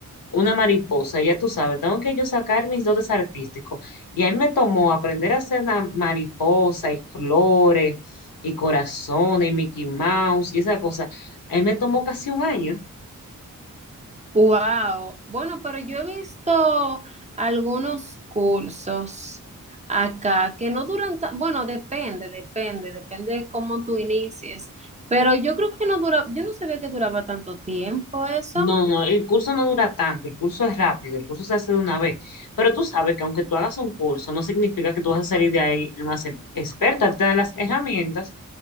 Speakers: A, on the left; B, on the right.
A: una mariposa, ya tú sabes, tengo que yo sacar mis dotes artísticos. Y ahí me tomó aprender a hacer la mariposa y flores y corazones y Mickey Mouse y esa cosa. Ahí me tomó casi un año.
B: Wow. Bueno, pero yo he visto algunos cursos acá que no duran tan, bueno, depende, depende, depende de cómo tú inicies, pero yo creo que no dura, yo no sabía que duraba tanto tiempo eso.
A: No, no, el curso no dura tanto, el curso es rápido, el curso se hace de una vez. Pero tú sabes que aunque tú hagas un curso, no significa que tú vas a salir de ahí el más e- experta, te dan las herramientas